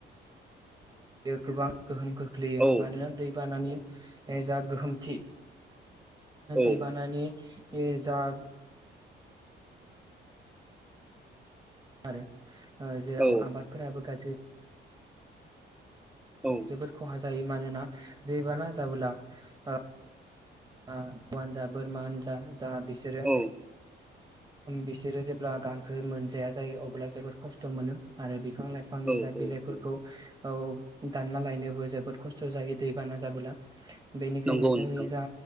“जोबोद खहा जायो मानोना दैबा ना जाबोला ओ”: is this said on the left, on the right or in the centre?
Right